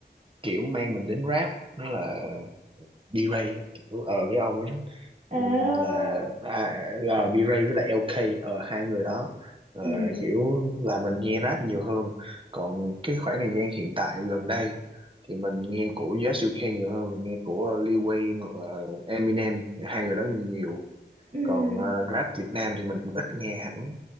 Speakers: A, on the right (about 30°); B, on the right (about 45°).
A: kiểu mang mình đến rap đó là B-Ray kiểu ờ cái ông đó
B: ờ
A: ừm, là à, à, B-Ray với lại LK ờ hai người đó Ờ,
B: ừ
A: kiểu là mình nghe rap nhiều hơn còn cái khoảng thời gian hiện tại gần đây thì mình nghe của US UK nhiều hơn nghe của Lil Wayne hoặc là Eminem hai người đó nhiều
B: ừ
A: còn ờ, rap Việt Nam thì mình cũng ít nghe hẳn